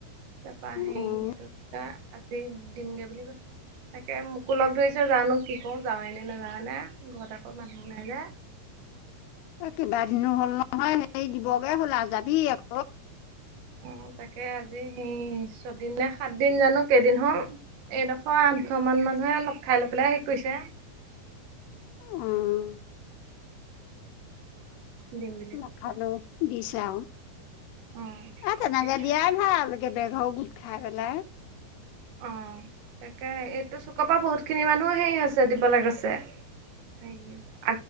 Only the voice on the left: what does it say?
উম।
কেবাদিনো হ'ল নহয়? হেৰি দিবগে হ'ল আও যাবি আক।
অঁ
লগখাই
লৈ দিছে আও।
এ তেনেকে
দিয়াই ভাল একেবাৰে। ঘ গোটখাই পেলাই।